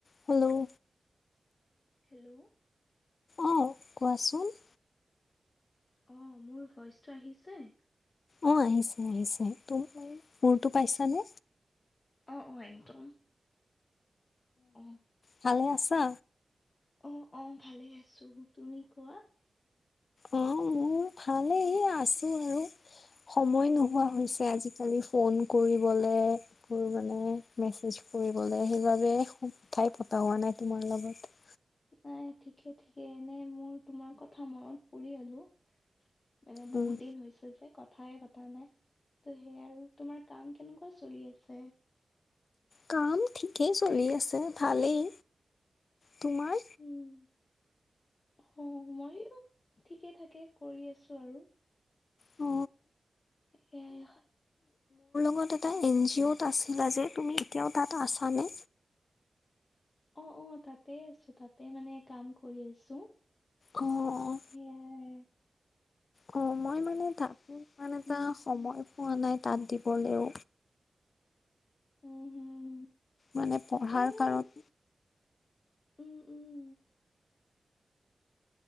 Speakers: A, on the left; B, on the left.
A: Hello.
B: Hello.
A: অঁ কোৱাচোন
B: অ মোৰ ভইচটো আহিছে
A: অ আহিছে আহিছে তু মোৰতো পাইছানে
B: আহ অ একদম অ
A: ভালে আছা
B: অ অ ভালে আছো তুমি কোৱা।
A: অ মোৰ ভালেই আছো আৰু। সময় নোহোৱা
B: উম
A: হৈছে আজিকালি। ফোন কৰিবলৈৰ মানে মেছেজ কৰিবলৈ সেইবাবে কথাই প। ভবা নাই তোমাৰ লগত।
B: নাই ঠিকে ঠিকে এনে মোৰ তোমাৰ কথা মনত পৰি আলো। মানে বহুত
A: উম
B: দিন হৈছে যে। কথাই পতা নাই ত' সেয় আৰু তোমাৰ কাম কেনেকুৱা চলি আছে।
A: কাম ঠিকেই চলি আছে ভালেই তোমাৰ।
B: উম অ মই ঠিকে থাকে কৰি আছো আৰু।
A: অ।
B: এয়াই।
A: তত এটা এন জি অ'ত আছিলা যে তুমি এতিয়াও তাত আছানে?
B: অ অ তাতে আছো তাতে মানে কাম কৰি আছো।
A: অহ।
B: এয়া হে।
A: অ মই মানে তাতো ইমান এটা
B: উম
A: সময় পোৱা নাই তাত দিবলৈও।
B: উম হম।
A: মানে পঢ়াৰ
B: এই
A: কাৰণ।
B: উম উম।